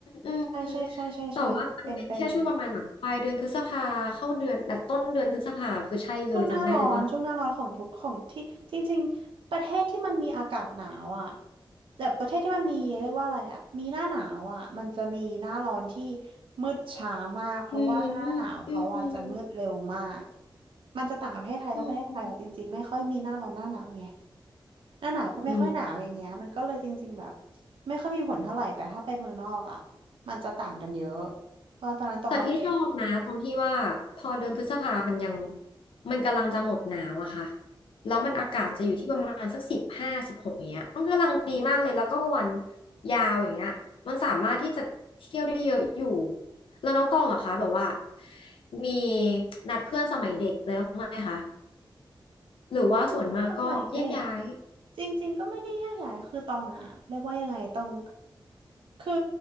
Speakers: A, on the left; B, on the right.
A: อืมอืม
B: ใช่ใช่ใช่ใช่ใช่เป็นเป็น
A: แต่ว่ามันเป็นแค่ช่วงประมาณแบบปลายเดือนพฤษภาเข้าเดือนแบบต้นเดือนพฤษภาคือใช่เลยจำได้เลยว่า
B: ช่วงหน้าร้อนช่วงหน้าร้อนของทุกของที่จริงๆประเทศที่มันมีอากาศหนาวอ่ะแบบประเทศที่มันมีเรียกว่าอะไรอ่ะมีหน้าหนาวอ่ะมันจะมีหน้าร้อนที่มืดช้ามากเพราะว่าหน้าหนาวเขาอาจจะมืดเร็วมาก
A: อืมอืม
B: มันจะต่างกับประเทศไทยเพราะประเทศไทยอ่ะจริงๆไม่ค่อยมีหน้าร้อนหน้าหนาวไง
A: อืม
B: หน้าหนาวก็ไม่ค่อยหนาวอย่างเงี้ยมันก็เลยจริงๆแบบ
A: อืม
B: ไม่ค่อยมีผลเท่าไหร่แต่ถ้าไปเมืองนอกอ่ะมันจะต่างกันเยอะเพราะตอนนั้นตองก็เป็น
A: แต่พี่ชอบนะตรงที่ว่าพอเดือนพฤษภามันยังมันกำลังจะหมดหนาวอะค่ะแล้วมันอากาศจะอยู่ที่ประมาณสักสิบห้าสิบหกอย่างเงี้ยมันกำลังดีมากเลยแล้วก็วันยาวอย่างเงี้ยมันสามารถที่จะเที่ยวได้เยอะอยู่แล้วน้องตองเหรอคะแบบว่ามีนัดเพื่อนสมัยเด็กเลยบ้างไหมคะหรือว่าส่วนมากก็แยกย้าย
B: อืมสมัยเด็กจริงๆก็ไม่ได้ยากใหญ่คือตองอ่ะเรียกว่ายังไงตองคือ